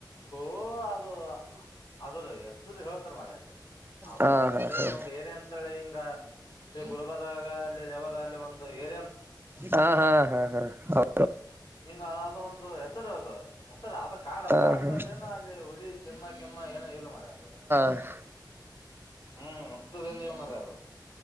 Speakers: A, on the left; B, on the right.
A: ಓ ಅದು ಅದ್ರ ಹೆಸರು ಹೇಳ್ತಾರ ಮರಯಾ ಅಲ್ಲಿ ಅದು
B: ಹಾ
A: ಅಂತೇಳಿ
B: ಹಾ ಹಾ
A: ಒಂದು ಏರಿ ಅಂತೇಳಿ ಹಿಂಗ ಶ್ರೀ ಗುರುಬಾರ ಅಲ್ಲಿ ದೇವದಲ್ಲಿ ಒಂದು ಏರಿ
B: ಹಾ ಹಾ ಹಾ ಹಾ ಹೌ
A: ಹಂಗ ಅದೊಂದು ಹೆಸರು ಅದು ಹೆಸರು ಅದ ಕಾಡ್ ಅದ
B: ಹಾ
A: ಅಂತದು
B: ಹಾ
A: ಏನ ಅಲ್ಲಿ ಹುಲಿ ಸಿಂಹ ಗಿಮ್ಮಾ ಏನೋ ಎಲ್ಲ ಮರಯಾ ಅದು
B: ಹಾ
A: ಹ್ಮ್ ಅಂತದೇನು ಇಲ್ಲ ಮಾರಾಯ ಅದು